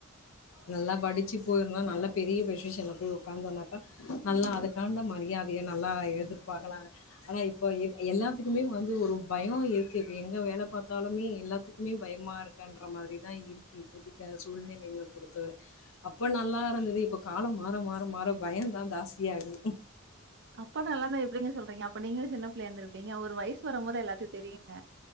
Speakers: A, on the left; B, on the right.
A: நல்லா படு டுச்சு போயிருந்தா நல்ல பெரிய பொஷிஷன்ல போய் உக்காந்தோனாக்கா நல்லா அதுக்காண்ட மரியாதைய நல்லா எதிர்பாக்கலாங்க ஆனா இப்ப எல்லாத்துக்குமே வந்து ஒரு பயம் இருக்கு எங்க வேல பாத்தாலுமே எல்லாத்துக்குமே பயமா இருக்குன்ற மாரிதா இருக்கு இப்பதிக்கி அது சூழ்நிழை பொறுத்த வர அப்ப நல்லாருந்தது இப்ப காலம் மாற மாற மாற பயந்தா ஜாஸ்தியாகுது
B: அப்ப நல்லாந்தா எப்டிங்க சொல்றிங்க அப்ப நீங்க சின்ன பிள்ளயா இந்திருப்பீங்க ஒரு வயசு வரும்போது எல்லாத்தையு தெரியுங்க